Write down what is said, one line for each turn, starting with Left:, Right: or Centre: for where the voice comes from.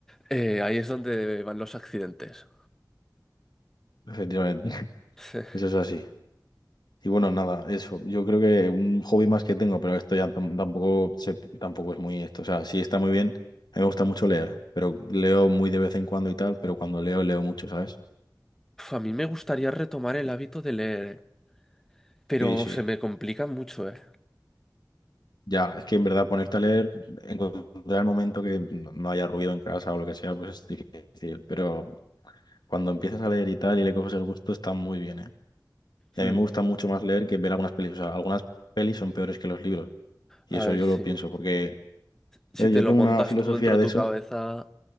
Centre: eh, ahí es donde van los accidentes.
Left: Efectivamente. <laughs>
Centre: Sí.
Left: Eso es así. Y bueno, nada, eso. Yo creo que un hobby más que tengo, pero esto ya tam- tampoco, se- tampoco es muy esto. O sea, sí está muy bien. A mí me gusta mucho leer, pero leo muy de vez en cuando y tal, pero cuando leo, leo mucho, ¿sabes?
Centre: Uf, A mí me gustaría retomar el
Left: Y-
Centre: hábito de leer, eh, pero
Left: Sí, sí.
Centre: se me complica mucho, ¿eh?
Left: Ya, es que en verdad ponerte a leer, encontrar el momento que no no haya ruido en casa o lo que sea, pues es difícil. Pero cuando empiezas a leer y tal y le coges el gusto, está muy bien, ¿eh? Y
Centre: Mm.
Left: a mí me gusta mucho más leer que ver algunas pelis. O sea, algunas pelis son peores que los libros. Y
Centre: A
Left: eso
Centre: ver,
Left: yo
Centre: sí.
Left: lo pienso, porque
Centre: Si
Left: eh,
Centre: te
Left: yo
Centre: lo
Left: tengo
Centre: montas
Left: una filosofía
Centre: tú dentro de
Left: de
Centre: tu
Left: eso.
Centre: cabeza,